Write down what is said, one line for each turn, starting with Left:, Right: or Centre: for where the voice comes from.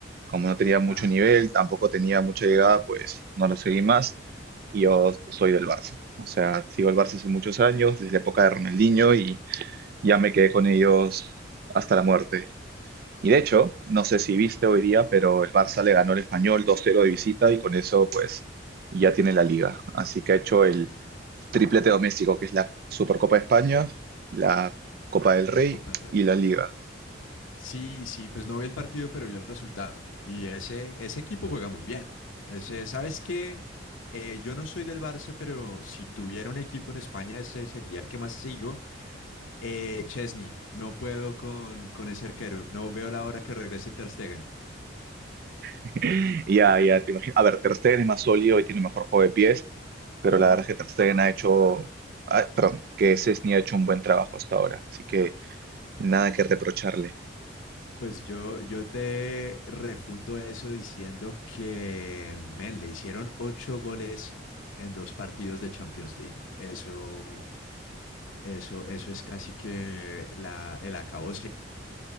Right: Como no tenía mucho
Left: ajá,
Right: nivel, tampoco tenía mucha llegada, pues no lo seguí más. Y yo soy del Barça. O sea, sigo el Barça hace muchos años, desde la época de Ronaldinho ya me quedé con ellos hasta la muerte. Y de hecho, no sé si viste hoy día, pero el Barça le ganó al Español 2-0 de visita y con eso pues ya tiene la liga. Así que ha hecho el triplete doméstico, que es la Supercopa de España, la Copa del Rey
Left: Copa del Rey.
Right: y la liga.
Left: Sí, sí, pues no vi el partido, pero vi el resultado. Y ese, ese equipo juega muy bien. Ese, ¿sabes qué? Eh, yo no soy del Barça, pero si tuviera un equipo en España, ese sería el que más sigo. Eh, Chesney, no puedo con, con ese arquero. No veo la hora que regrese Ter Stegen.
Right: <laughs> Ya, ya, te imagino. A ver, Ter Stegen es más sólido y tiene mejor juego de pies, pero
Left: Ujú.
Right: la verdad es que Ter Stegen ha hecho, ah, perdón, que Szczęsny ha hecho un buen trabajo hasta ahora. Así que nada que reprocharle.
Left: Pues yo, yo te refuto eso diciendo que, men, le hicieron ocho goles en dos partidos de Champions League. Eso. Eso, eso es casi que la, el acabose.